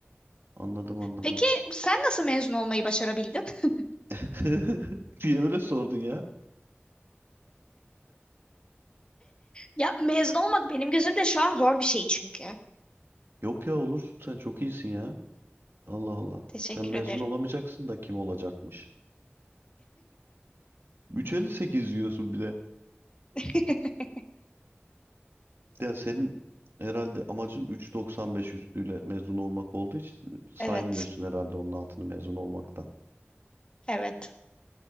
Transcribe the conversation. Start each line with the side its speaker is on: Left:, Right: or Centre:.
Right: Anladım anladım.
Left: Peki sen nasıl mezun olmayı başarabildin? <laughs>
Right: <laughs> Niye öyle sordun ya?
Left: Ya mezun olmak benim gözümde şu an zor bir şey çünkü.
Right: Yok ya olursun sen çok iyisin ya. Allah Allah.
Left: Teşekkür
Right: Sen mezun
Left: ederim.
Right: olamayacaksın da kim olacakmış? 3.58 diyorsun bir de.
Left: <laughs>
Right: Ya senin herhalde amacın 3.95 üstüyle mezun olmak olduğu için saymıyorsun
Left: Evet,
Right: herhalde onun altını mezun olmaktan.
Left: evet.